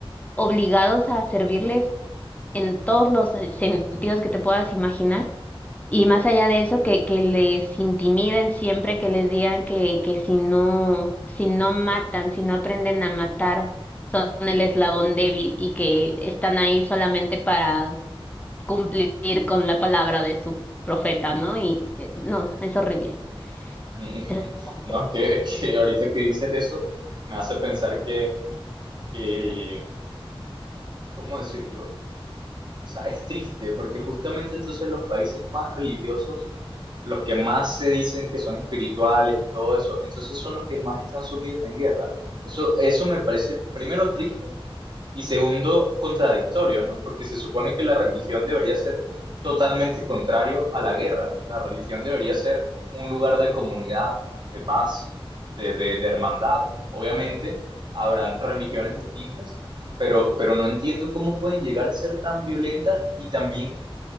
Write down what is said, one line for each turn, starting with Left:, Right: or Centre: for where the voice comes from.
Left: obligados a servirles en todos los sentidos que te puedas imaginar. Y más allá de eso, que, que les intimiden siempre, que les digan que, que si no, si no matan, si no aprenden a matar, son el eslabón débil y que están ahí solamente para cumplir con la palabra de su profeta, ¿no? Y eh, no, es horrible.
Right: Mm, <laughs>
Left: Es horrible.
Right: No, es que, es que ahorita que dices eso, me hace pensar que, que, ¿cómo decirlo? O sea, es triste, porque justamente entonces los países más religiosos, los que más se dicen que son espirituales y todo eso, entonces son los que más están sumidos en guerra. Eso, eso me parece, primero, triste y segundo, contradictorio, ¿no? Porque se supone que la religión debería ser totalmente contrario a la guerra. La religión debería ser un lugar de comunidad, de paz, de, de, de hermandad. Obviamente, habrán religiones distintas, pero, pero no entiendo cómo pueden llegar a ser tan violenta y también